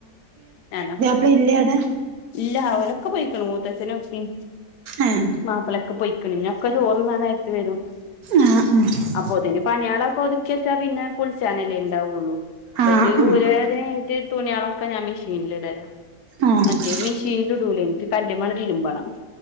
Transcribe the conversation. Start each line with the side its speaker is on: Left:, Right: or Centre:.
Left: <unintelligible>
Right: വെല്ലിയേ അടാ
Left: ഇല്ല ഓലോക്കെ പോയിക്ക്ണ് മൂത്തച്ഛനുംഇപ്പീം
Right: ഏഹ്
Left: മാപ്പളെക്കെ പോയി പിന്നൊക്കെ ചോറ്ന്നാ നേരത്ത് വരും.
Right: ആഹാ അ
Left: അപ്പൊതിന് പണിയളൊക്കെ ഒതുക്കി വെച്ചാ പിന്നെ കുളിച്ചാനല്ലേ ണ്ടാവുള്ളൂ ഇപ്പച്ച്
Right: ആഹ് ആഹ് ആഹ്
Left: ഊരവേദനായിട്ട് തുണിയാളൊക്കെ ഞാൻ മിഷീനില് ഇടലാ
Right: ആഹ്
Left: മറ്റേ മിഷീനില്ടൂലേ ഇന്ക്ക് കല്ല്മ്മന്ന് തിരുമ്പണം